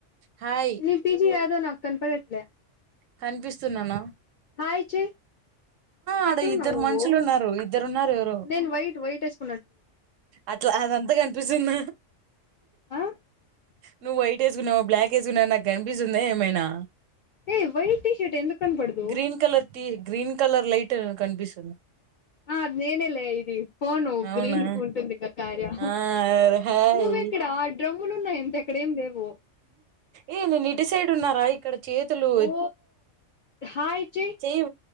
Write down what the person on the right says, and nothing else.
హాయ్
కనిపిస్తున్నాన
ఆడ
ఇద్దరు
మనుషులు ఉన్నారు ఇద్దరున్నారు ఎవరో
అట్లా అదంతా కనిపిస్తుంద
నువ్వు వైట్ వేసుకున్నావో బ్లాక్ వేసుకున్నావో నాకు కనిపిస్తుంద ఏమైనా
green colour T green colour light కనిపిస్తుంది
అవునా
ఆ హాయ్
ఏ నేన్ ఇటి సైడు ఉన్న బైక్ ఇక్కడ చేతులు
చెయ్యి